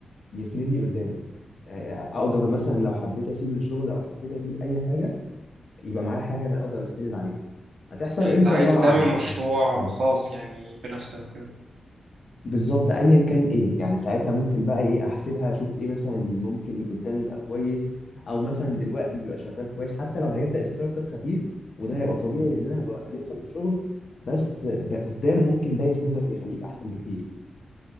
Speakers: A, on the left; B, on the right.
A: يسندني قدام آه، اقدر مثلا لو حبيت اسيب الشغل او حبيت اسيب اي حاجه يبقى معايا حاجه انا اقدر استند عليها هتحصل
B: يعني
A: امتى
B: انت عايز
A: الله اعلم
B: تعمل مشروع
A: بس آه.
B: خاص يعني بنفسك
A: بالظبط ايا كان ايه يعني ساعتها ممكن بقى ايه احسبها اشوف ايه مثلا اللي ممكن قدامي يبقى كويس او مثلا دلوقتي بيبقى شغال كويس حتى لو هيبدا ستارت اب خفيف وده هيبقى طبيعي لان انا هبقى لسه في الشغل بس ب- قدام ممكن ده يسندك يخليك احسن بكتير